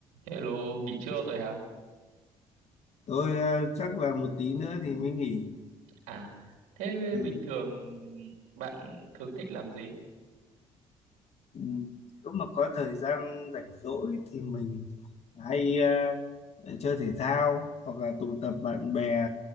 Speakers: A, on the right; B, on the left.
A: Hello, nghỉ trưa rồi hả?
B: tôi ờ, chắc là một tí nữa thì mới nghỉ
A: À, thế
B: ừ,
A: bình thường bạn thường thích làm gì?
B: ừ. nếu mà có thời gian rảnh rỗi thì mình hay ờ, chơi thể thao hoặc là tụ tập bạn bè